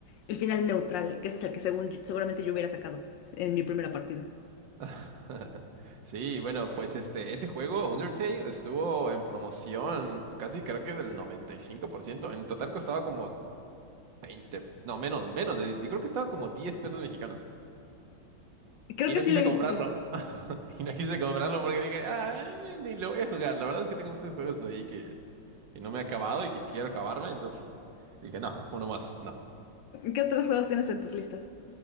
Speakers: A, on the left (about 75°); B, on the right (about 65°).
A: el final neutral, que ese es el que según, seguramente yo hubiera sacado en mi primera partida.
B: <laughs> Sí, bueno, pues este, ese juego, Undertale, estuvo en promoción casi creo que del 95%. En total costaba como, 20 no, menos, menos, de- yo creo que estaba como 10 pesos mexicanos.
A: Creo
B: Y
A: que
B: no
A: sí
B: quise
A: lo he
B: comprarlo.
A: visto, sí.
B: <laughs> Y no quise comprarlo porque dije, ah, eh, ni lo voy a jugar. La verdad es que tengo muchos juegos ahí que, que no me he acabado y que quiero acabarme. Entonces dije, no, uno más, no.
A: ¿Qué otros juegos tienes en tus listas?